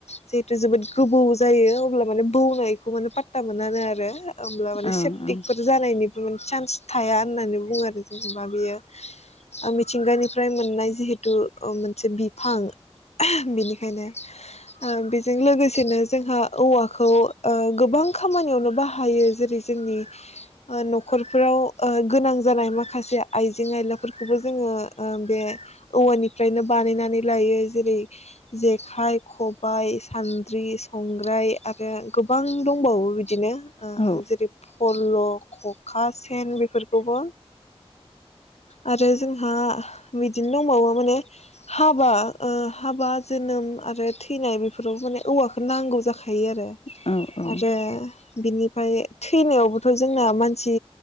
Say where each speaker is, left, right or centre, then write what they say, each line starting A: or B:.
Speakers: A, on the left; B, on the left.
A: जेहेतु जोबोद गोबोव जा बेयो अब्ला माने बौनायखौ माने पात ता मोनानो आरो होमब्ला माने
B: ओं
A: सेप तेकफोर जानायनिबो मोनसे चान्स थाया होननानै बुङो आरो जेनेबा बेयो ओ मिथिंगानिफ्राय मोननाय जिहेतु मोनसे बिफां बेनिखायनो ओं बेजों लोगोसेनो जोंहा औवाखौ ओ गोबां खामानियावनो बाहायो जेरै जोंनि ओ न'खरफोराव ओ गोनां जानाय माखासे आइजें आयलाफोरखौबो जोङो बे औवानिफ्रायनो बानायनानै लायो जेरै जेखाइ खबायाइ सान्द्रि संग्राय आरो गोबां दंबावो बिदिनो ओ
B: औ
A: जेरै लखखा सेन बेफोरखौबो आरो जोंहा बिदिनो दंबावो माने हाबा हाबा जोनोम आरो। थैनाय बेफोराव माने औवाखौ नांगौ जाखो थायो आरो
B: औ औ
A: आरो बिनिफ्राय थैनायाव थ' जोंना मानसि